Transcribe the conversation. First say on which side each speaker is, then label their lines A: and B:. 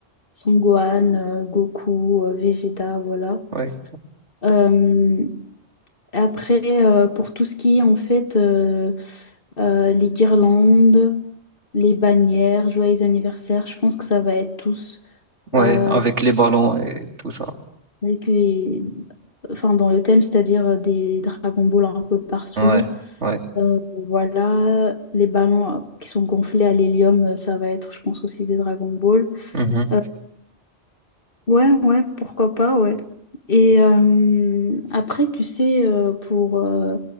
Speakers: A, on the left (about 55°); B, on the right (about 85°).
A: Son Gohan, euh, Goku, euh, Vegeta, voilà.
B: ouais,
A: Euh, après, euh, pour tout ce qui est en fait euh, euh, les guirlandes, les bannières, joyeux anniversaire, je pense que ça va être tous.
B: ouais,
A: euh,
B: avec les ballons et tout ça.
A: avec les... enfin, dans le thème, c'est-à-dire euh, des Dragon Ball un peu partout.
B: Ouais, ouais,
A: Euh, voilà, les ballons euh, qui sont gonflés à l'hélium, euh, ça va être, je pense, aussi des Dragon Ball.
B: mhm,
A: Euh, ouais, ouais, pourquoi pas, ouais. Et euh, après, tu sais, euh, pour, euh,